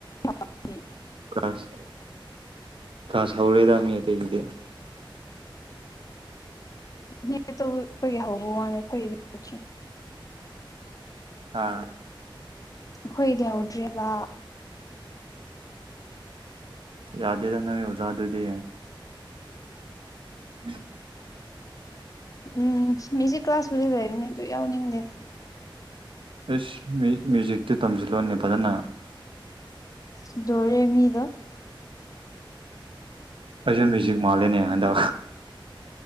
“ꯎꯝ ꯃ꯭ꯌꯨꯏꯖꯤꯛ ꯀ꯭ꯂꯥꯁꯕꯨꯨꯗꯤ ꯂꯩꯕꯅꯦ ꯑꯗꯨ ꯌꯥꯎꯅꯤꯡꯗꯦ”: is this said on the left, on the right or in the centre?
Left